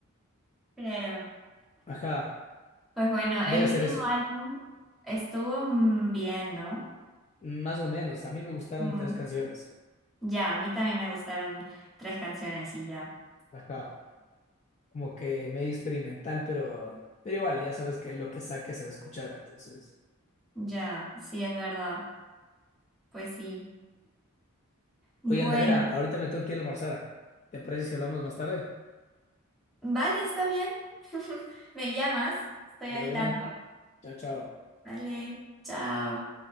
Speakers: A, in the centre; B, on the left.
A: Claro.
B: Ajá,
A: Pues bueno,
B: debe
A: el último
B: ser eso.
A: álbum estuvo mm, bien, ¿no?
B: Más o menos. A mí me gustaron
A: Mm,
B: tres canciones.
A: ya, a mí también me gustaron tres canciones y ya.
B: Ajá, como que medio experimental, pero, pero igual, ya sabes que lo que saque se va a escuchar, entonces.
A: Ya, sí, es verdad. Pues sí. Bueno,
B: Oye, Andrea, ahorita me tengo que ir a almorzar. ¿Te parece si hablamos más tarde?
A: vale, está bien. <laughs> Me llamas, estoy
B: De
A: al
B: una.
A: tanto.
B: Chao, chao.
A: Vale, chao.